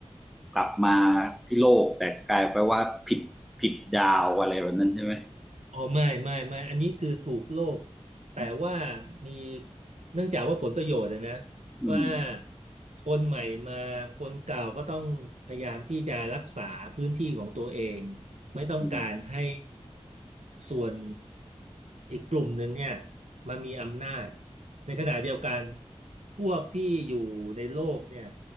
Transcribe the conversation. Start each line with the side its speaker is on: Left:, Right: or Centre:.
Centre: กลับมาที่โลกแต่กลายไปว่าผิดผิดดาวอะไรแบบนั้นใช่ไหม
Right: อ๋อไม่ไม่ไม่อันนี้คือถูกโลกแต่ว่ามีเนื่องจากว่าผลประโยชน์อะนะ
Centre: อืม
Right: ว่าคนใหม่มาคนเก่าก็ต้องพยายามที่จะรักษาพื้นที่ของตัวเองไม่ต้องการให้
Centre: อืม
Right: ส่วนอีกกลุ่มหนึ่งเนี่ยมามีอำนาจในขณะเดียวกันพวกที่อยู่ในโลกเนี่ย